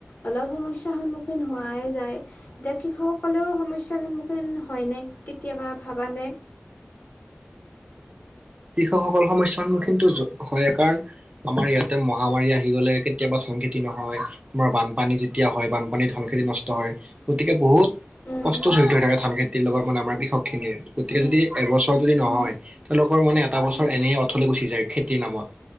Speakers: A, on the left; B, on the right.
A: অলপ সমস্যাৰ সন্মুখীন হোৱাই যায় এতিয়া কৃষক সকলেও সমস্যাৰ সন্মুখীন হয় নে কেতিয়াবা ভাৱা নে?
B: কৃষকসকল সমস্যাৰ সন্মুখীনতো হয়ে কাৰণ আমাৰ ইয়াতে মহামাৰী আহি গ'লে কেতিয়াবা ধান খেতি নহয়। তোমাৰ বানপানী যেতিয়া হয় বানপানী ধান খেতি নষ্ট হয়, গতিকে বহুত
A: উম
B: কষ্ট
A: উম
B: জড়িত হৈ থাকে। ধান খেতিৰ লগত মানে আমাৰ কৃষকখিনিৰ গতিকে
A: উম
B: যদি এবছৰ যদি নহয়
A: উম
B: তেওঁলোক তেওঁলোকৰ মানে এটা বছৰ
A: উম
B: এনেই অথলে গুচি যায় খেতিৰ নামত।